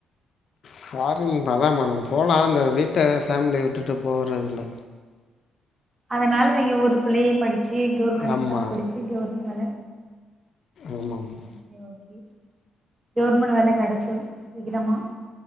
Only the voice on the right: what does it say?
அதனால நீங்க ஊருக்குள்ளயே படிச்சு கவுர்மெண்ட்
எக்ஸாம் படிச்சு கவுர்மெண்ட் வேல
ஓகே ஓகே கவர்மெண்ட் வேல கெடச்சுரு சீக்கிரமா